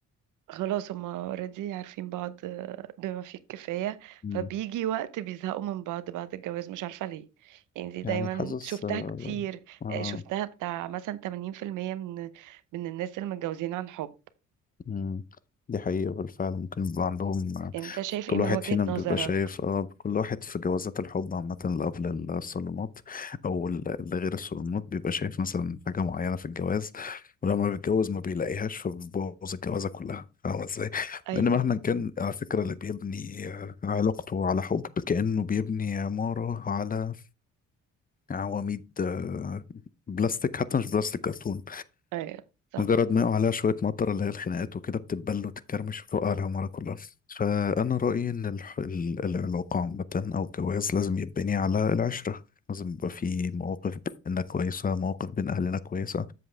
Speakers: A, on the right; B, on the left.
A: خلاص هما اوريدي عارفين بعض آه، بما فيه الكفاية
B: مم.
A: فبيجي وقت بيزهقوا من بعض بعد الجواز مش عارفة ليه يعني دي دايما
B: يعني حاسس
A: شفتها
B: آه،
A: كتير
B: آه.
A: آه، شفتها بتاع مثلا 80% من من الناس اللي متجوزين عن حب
B: مم. دي حقيقة بالفعل ممكن يبقى عندهم
A: انت شايف ايه
B: كل
A: من
B: واحد
A: وجهة
B: فينا بيبقى
A: نظرك
B: شايف اه كل واحد في جوازات الحب عامة اللي قبل الصالونات أو ال- اللي غير الصالونات بيبقى شايف مثلا حاجة معينة في الجواز ولما بيتجوز ما بيلاقيهاش فبيبوظ الجوازة كلها فاهم ازاي؟
A: ايوه
B: لأن مهما كان على فكرة اللي بيبني آه، علاقته على حب كأنه بيبني عمارة على عواميد آه، بلاستيك حتى مش بلاستيك كرتون
A: ايوه صح
B: مجرد ما يقع عليها شوية مطر اللي هي الخناقات وكده بتتبل وتتكرمش وتقع عليها مرة كلها فأنا رأيي إن الح- ال- ال- العلاقة عامة أو الجواز لازم يتبني على العشرة لازم يبقى في مواقف بينا كويسة مواقف بين أهلنا كويسة